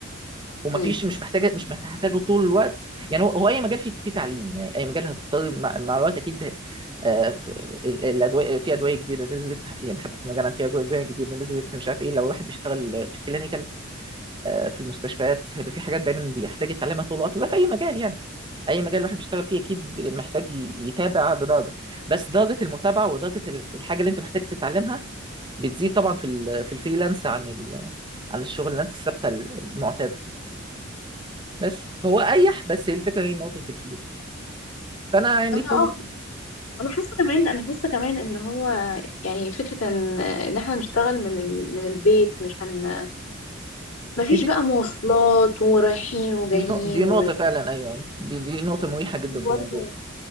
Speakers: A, on the right; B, on the left.
A: ومفيش
B: امم
A: مش محتاجه مش محتاجه طول الوقت يعني هو هو اي مجال فيه فيه تعليم يعني اي مجال هتضطر مع مع الوقت اكيد آه، ف- ال- الادويه في ادويه جديده نزلت يعني حتى في مجالنا في ادويه جديده نزلت في مش عارف ايه لو واحد بيشتغل في الكلينيكال آه، في المستشفيات هيبقى في حاجات دايما بيحتاج يتعلمها طول الوقت وده في اي مجال يعني اي مجال الواحد بيشتغل فيه اكيد محتاج ي- يتابع بدرجه بس درجه المتابعه ودرجه ال- الحاجه اللي انت محتاج تتعلمها بتزيد طبعا في ال- في الفريلانس عن ال- عن الشغلانات الثابته المعتاده بس هو اريح بس هي الفكره هي نقطه الفلوس فانا يعني
B: انا
A: طول
B: اه انا حاسه كمان انا حاسه كمان ان هو يعني فكره ان ان احنا نشتغل من ال... من البيت مش هن مفيش
A: دي
B: بقى مواصلات ورايحين وجايين
A: دي نق- دي
B: ون...
A: نقطه فعلا ايوه ايوه دي دي نقطه مريحه جدا
B: دي
A: في
B: برضو
A: الموضوع